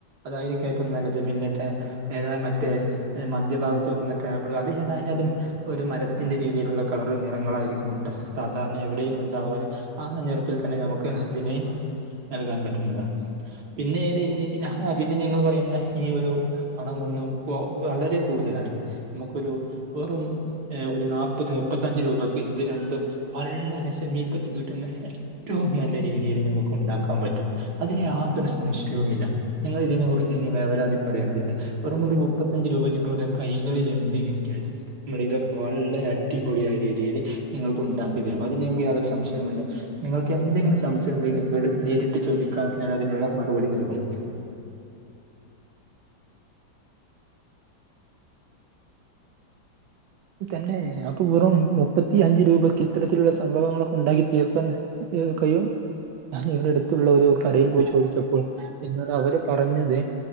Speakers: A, on the right (about 55°); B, on the right (about 85°).
A: അതായിരിക്കും ഏറ്റവും നല്ലത് പിന്നെത്താ ഏതാ മറ്റേ മധ്യഭാഗത്ത് വെക്കുന്ന ടാബിൾ അത് ഏതായാലും ഒരു മരത്തിന്റെ രീതിയിലുള്ള കളറും നിറങ്ങളായിരിക്കും ഉണ്ട് സാധാരണ എവിടെയും ഉണ്ടാവാതെ ആ നിറത്തിൽ തന്നെ നമുക്ക് അതിനെ നൽകാൻ പറ്റുന്നതാണ് പിന്നെ ഏതു പിന്നെ നിങ്ങള് പറ പിന്നെ ഈ ഒരു പണം ഒന്നും വളരെ കൂടുതലാണ് നമുക്കൊരു വെറും ഒരു നാപ്പത് മുപ്പത്തഞ്ച് രൂപയ്ക്ക് ഇത് രണ്ടും വള്ളരെ സെമീപത്ത് വീട്ടുന്നെ ഏറ്റവും നല്ല രീതിയിൽ നമുക്ക് ഉണ്ടാക്കാൻ പറ്റും അതിന് യാതൊരു സംശയവുമില്ല നിങ്ങൾ ഇതിനെ കുറി ച്ച് ഇനി വേവലാതി പെടേണ്ടതില്ല വെറും ഒരു മുപ്പത്തഞ്ച് രൂപ നിങ്ങളുടെ കൈകളിലുണ്ട് എങ്കിൽ നമ്മൾ ഇതൊക്കെ വളരെ അടിപൊളിയായ രീതിയിൽ നിങ്ങൾക്ക് ഉണ്ടാക്കി തരും അതിൽ നിങ്ങൾക്ക് യാതൊരു സംശയമുണ്ട് നിങ്ങൾക്ക് എന്തെങ്കിലും സംശയം ഉണ്ടെങ്കിൽ എന്നോട് നേരിട്ട് ചോദിക്കാൻ ഞാൻ അതിനുള്ള മറുപടി നൽകും
B: തന്നെ അപ്പ വെറും മുപ്പത്തി അഞ്ച് രൂപക്ക് ഇത്തരത്തിലുള്ള സംഭവങ്ങളൊക്കെ ഉണ്ടാക്കി തീർക്കാൻ കഴിയും ഞാൻ ഇവിടെടുത്ത് അടുത്തുള്ള ഒരു കടയിൽ പോയി ചോദിച്ചപ്പോൾ എന്നോട് അവര് പറഞ്ഞത്